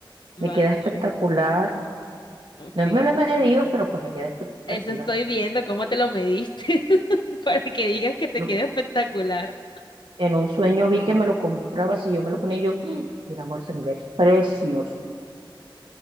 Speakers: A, on the left; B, on the right.
A: Vale,
B: me queda espectacular.
A: ok.
B: No me lo he medido, pero pues me queda espectacular.
A: Eso estoy viendo, cómo te lo mediste <laughs> para que digas que te
B: Yo
A: queda espectacular.
B: En un sueño vi que me lo compraba, si yo me lo ponía yo, ¡ah! el amor, se me ve precioso,